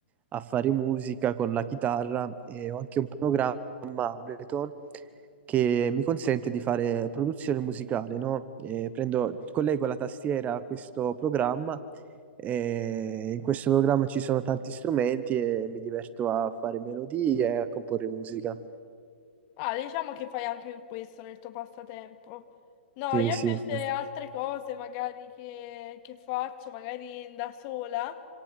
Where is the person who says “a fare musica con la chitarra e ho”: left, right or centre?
Right